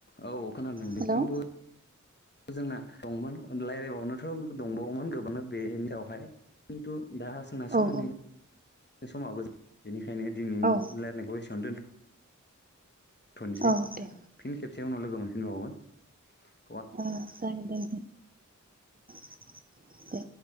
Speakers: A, on the left; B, on the right.
A: औ खोनादों दे
B: हेल'
A: दों खिन्थु
B: औ
A: जोंना दंमोन रायज्लायबावनोथ' दंबावोमोन गोबांङानो बेनियावहाय खिन्थु दा सोंनाय समनि
B: औ
A: समाबो बेनिखायनो दिनै
B: औ
A: लायनायखौ एसेबांनो दोन थनोसै
B: औ दे
A: फिन खेबसे उनाव लोगो मोनफिनबावगोन
B: अ जागोन दे नोंथां <unintelligible> औ दे